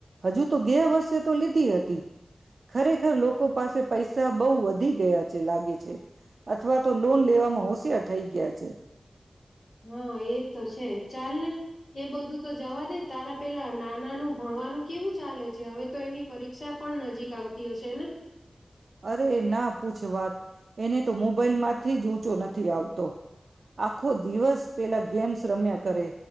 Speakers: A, on the right; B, on the left.
A: હજુ તો ગયે વર્ષે તો લીધી હતી. ખરેખર લોકો પાસે પૈસા બહું વધી ગયા છે, લાગે છે અથવા તો લોન લેવામાં હોશિયાર થઈ ગયા છે.
B: હા એ તો છે ચાલ ને એ બધું તો જવા દે તારા પેલા નાનાનું ભણવાનું કેવું ચાલે છે હવે તો એની પરીક્ષા પણ નજીક આવતી હશે ને.
A: અરે ના પૂછ વાત એને તો મોબાઈલમાંથી જ ઊંચો નથી આવતો. આખો દિવસ પેલા ગેમ્સ રમ્યા કરે